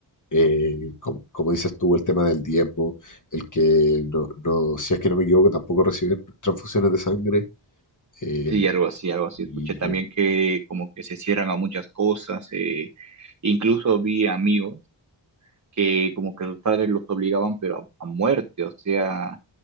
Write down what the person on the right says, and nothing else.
sí, algo así, algo así, escuché
también que como que se cierran a muchas cosas, eh, Incluso vi amigos que como que sus padres los obligaban, pero a, a muerte, o sea,